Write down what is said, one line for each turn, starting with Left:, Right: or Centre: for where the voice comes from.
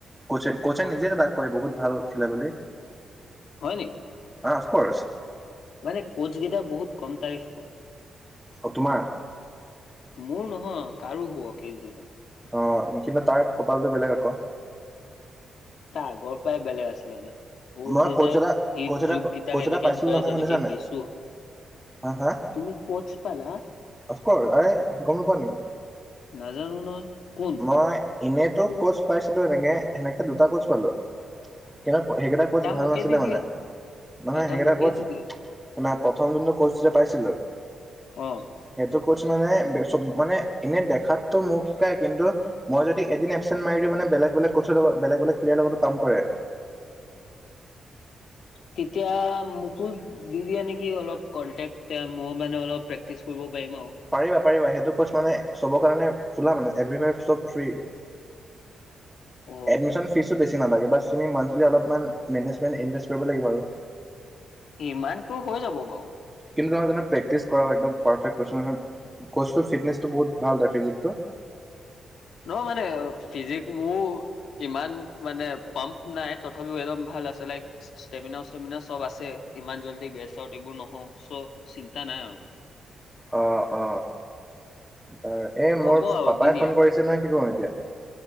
Centre: ক্ৰচে ক্ৰছে নিজেটো তাক কয় বহুত ভাল খেলে বুলি।
Left: হয় নেকি?
Centre: অফকৰ্ছ
Left: মানে ক্ৰচ কেইটা বহুত কম তাৰিফ কৰে
Centre: অ তোমাৰ
Left: মোৰ নহয় কাৰো হুৱক এই জীৱন
Centre: অ কিন্তু তাৰ কপালটো বেলেগ আক,
Left: তাৰ আগৰ পাই বেলেগ আছিলে মানে সৰুতে
Centre: মই
Left: যে
Centre: কোচ এটা
Left: সি
Centre: কোচ এটা
Left: যোগকেইটাক
Centre: কোচ
Left: এনেকে
Centre: এটা পাইছিলো
Left: ধৰে
Centre: নহয়
Left: যেনেকে
Centre: শুনিছা নাই
Left: কেঁচু হয়
Centre: হা হা
Left: তুমি কোচ পালা
Centre: অফকৰ্চ আৰে গম নোাপোৱা নেকি?
Left: নাজানো নহয় কোন?
Centre: মই এনেতো ক্ৰচ পাইছিলো এনেকে সেনেকে দুটা ক্ৰচ পালো কিন্তু এটা ক্ৰচ ভাল
Left: মোকে
Centre: নাছিলে
Left: দি
Centre: মানে।
Left: দিয়া
Centre: নহয়
Left: এটা
Centre: সেকেইটা
Left: মোকে
Centre: ক্ৰচ
Left: দি দিয়া
Centre: মানে প্ৰথম যোনটো ক্ৰচ যে পাইছিলোঁ।
Left: অ
Centre: সেইটো ক্ৰচ মানে মানে এনে দেখাতটো মোক শিকাই কিন্তু মই যদি এদিন এপচেট মাৰি দিওঁ মানে বেলেগ বেলেগ ক্ৰচ লগত বেলেগ বেলেগ প্লেয়াৰৰ লগত কম কৰে
Left: তেতিয়া মোকো দি দিয়া নেকি অলপ কনটেক্ট তে মই মানে অলপ প্ৰেক্টিছ কৰিব পাৰিম আৰু
Centre: পাৰিবা পাৰিবা সেইটোক ক্ৰচ মানে চবৰ কাৰণে খোলা মানে এভীভ চব ফ্ৰী
Left: অ
Centre: এডমিশন ফিজো বেছি নালাগে বাস তুমি অলপমান মেনেজমেণ্ট ইনভেষ্ট কৰিব লাগিব আৰু।
Left: ইমানটো হৈ যাব বাৰু।
Centre: কিন্তু তাৰ যেনে প্ৰেক্টিচ কৰা হয় একদম পাৰফেক্ট কৈছোঁ নহয় ক্ৰচ ফিটনেছটো বহুত ভাল তাৰ ফিজিকটো।
Left: ন মানে ফিজিক মোৰ ইমান মানে পাম্প নাই তথাপিও একদম ভাল আছে লাইক। ষ্টেমিনা ষ্টেমিনা চব আছে ইমান জল্দি গেছ এইবোৰ নহওঁ চ' চিন্তা নাই আৰু।
Centre: অ অ বাৰু এই
Left: হ'ব
Centre: মোৰ
Left: আৰু
Centre: পাপাই
Left: দি দিয়া
Centre: ফোন কৰিছে নহয় কি কৰো এতিয়া?